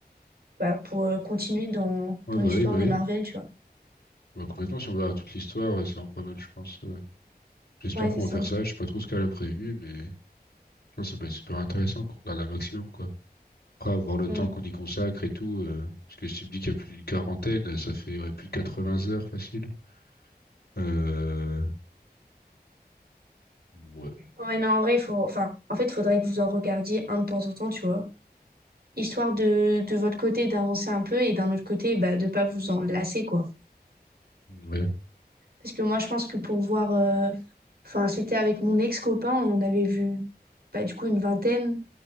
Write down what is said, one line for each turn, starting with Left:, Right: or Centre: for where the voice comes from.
Right: bah, pour euh, continuer dans,
Left: Ouais,
Right: dans
Left: bah
Right: l'histoire
Left: oui, bah
Right: des
Left: oui.
Right: Marvel, tu vois.
Left: Bah, complètement, si on verra toute l'histoire, euh, c'est vraiment pas mal, je pense. euh. J'espère
Right: Ouais,
Left: qu'on
Right: c'est ça.
Left: va faire ça. Je sais pas trop ce qu'elle a prévu, mais je pense que ça peut être super intéressant qu'on regarde un maximum, quoi. Après, avoir le
Right: Mm.
Left: temps qu'on y consacre et tout, euh, parce que si tu me dis qu'il y a plus d'une quarantaine, euh, ça fait ouais, plus de 80 heures facile. Euh... Ouais.
Right: Ouais, non, en vrai, il faut, enfin, en fait, il faudrait que vous en regardiez un de temps en temps, tu vois. Histoire de, de votre côté d'avancer un peu et d'un autre côté, bah, de pas vous en lasser, quoi.
Left: Ouais.
Right: Parce que moi, je pense que pour voir, euh, enfin, c'était avec mon ex-copain, on avait vu, bah, du coup, une vingtaine.